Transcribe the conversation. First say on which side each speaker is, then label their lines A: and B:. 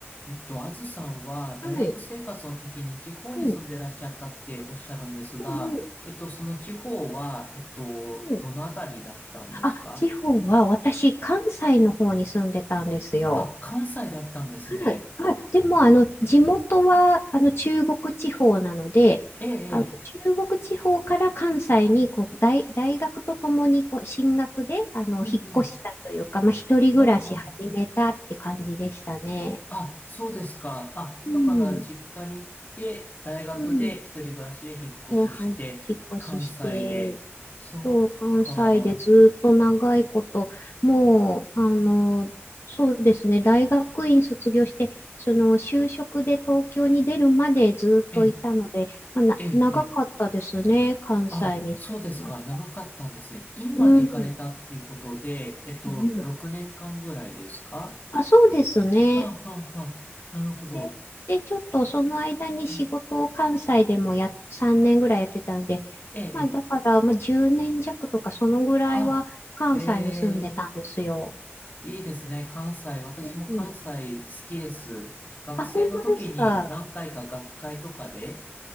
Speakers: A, on the left; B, on the left.
A: えっと、あずさんは大学生活の時に地方に住んでらっしゃったっておっしゃるんですが、
B: はい。うん。うんうん。
A: えっと、その地方は、えっと、
B: はい。
A: どのあたりだったんですか
B: あ、地方は私、関西の方に住んでたんですよ。
A: あ、関西だったんですね。
B: はい。はい。でも、あの、地元は、あの、中国地方なので、
A: ええ、ええ、
B: あの、中国地方から関西にこう大、大学とともにこう進学で、あの、
A: うんうん。
B: 引っ越したというか、まあ、一人暮らし始めたって感じでしたね。
A: ああ、ああ、ああそうですか。あ、
B: うん。
A: だから実家に行って、大学で一人暮らしで引っ越しして、
B: うん。で、はい、引っ越しして、
A: 関西で。そっか。
B: そう、関西でずっと長いこと、もう、あの、そうですね、大学院卒業して、その就職で東京に出るまでずっといたので、
A: ええ、
B: まあ、な、
A: ええ、
B: 長かったですね、
A: え
B: 関西に住むの。
A: あ、そうですか。長かったんですね。今まで行かれたっていうことで、
B: うん。
A: えっと、
B: うん
A: 6年間ぐらいですか
B: あ、そうですね。
A: はあ、はあ、はあ。なるほど。
B: で、で、ちょっとその間に仕事を関西でもや、
A: うん
B: 3年ぐらいやってたので、
A: ええ、ええ。
B: まあ、だから、まあ、10年弱とかそのぐらいは関西に住んでたんですよ。
A: あ、ええ、いいですね。関西。私も関西好きです。
B: うん
A: 学生の時に何回か学会とかで、
B: あ、本当ですか。